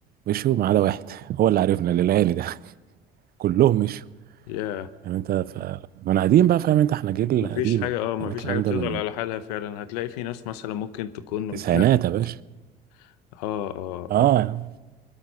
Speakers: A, on the right; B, on the left.
A: مشوا ما عدا واحد <laughs> هو اللي عرفنا اللي لقاني ده <laughs> كلهم مشوا
B: يا
A: يعني انت ف... ما انا قديم بقى فاهم انت احنا جيل
B: مفيش
A: قديم
B: حاجة اه مفيش
A: يعني الكلام
B: حاجة بتفضل
A: ده من
B: على حالها فعلا هتلاقي في ناس مثلا ممكن تكون
A: التسعينات
B: اتنقلت
A: يا باشا
B: اه اه
A: اه
B: اه